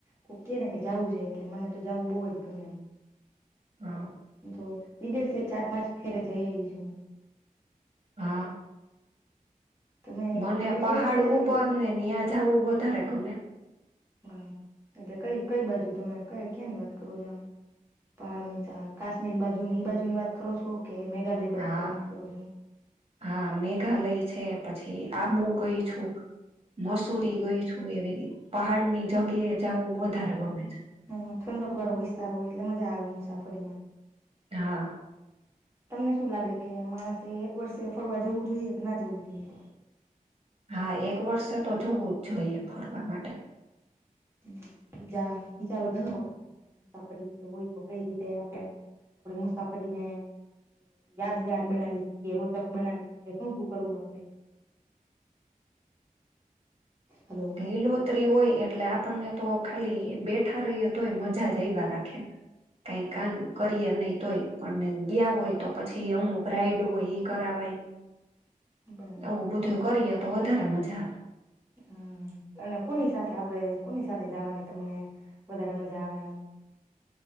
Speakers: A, on the right; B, on the right.
A: કોક કે ને કે જું છે એટલે મને તો જું બહુ જ ગમે એમ
B: હા
A: હ તો વિદેશ ચાર પાંચ ફેરે જઈ આવીશું હું?
B: હા
A: તમે
B: મને
A: તમે
B: પહાડ
A: ગયા છો ક્યારે
B: ઉપર
A: વિદેશ
B: ને ન્યા જું વધારે ગમે
A: હ એટલે કઈ કઈ બાજુ તમે ક ક્યાં ની વાત કરો છો આમ પણ મીા કાશ્મીર બાજુ ની એઈ બાજુની વાત કરો છો કે મેઘાલય બાજુ
B: હા
A: ની વાત કરો છો.
B: હા મેઘાલય છે પછી આબુ ગઈ છું. મસૂરી ગઈ છું એવી પહાડ ની જગ્યાએ જવું વધારે ગમે છે.
A: હા ઠંડક વાળો વિસ્તાર હોય એટલે મજા આવે મુસાફરીમાં.
B: હા
A: તમને શું લાગે કે માણસે એક વર્ષે ફરવા જવું જોઈએ કે ના જવું જોઈએ?
B: હા એક વર્ષે તો જવું જ જોઈએ ફરવા માટે.
A: હમ બીજા વિચારો જણાવો તમારા કાઈ મુસાફરી વિશે હોય તો કઈ રીતે આપડે આમ. આપડી મુસાફરી ને યાદગાર બનાવી શકીએ, રોચક બનાવી શકીએ, શું શું કરવું આપડે? હલો
B: લીલોતરી હોય એટલે આપણને તો ખાલી બેઠા રહીએ તોય મજા જ આયવા રાખે. કાઈ
A: હા
B: કામ કરીએ નહી તોય. અને ગયા હોઈ તો પછી અમુક રાઈડ હોય ઈ કરાવાય.
A: બરાબર
B: આવું બધું કરીએ તો વધારે મજા આવ
A: હમ અને કોની સાથે આપડે કોની સાથે જાવાની તમને વધારે મજા આવે આમ?